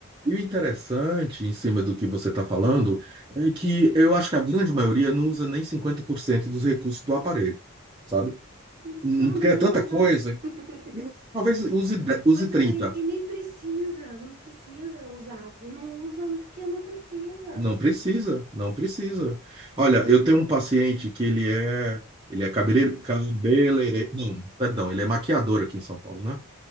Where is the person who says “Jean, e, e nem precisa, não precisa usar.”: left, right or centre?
Right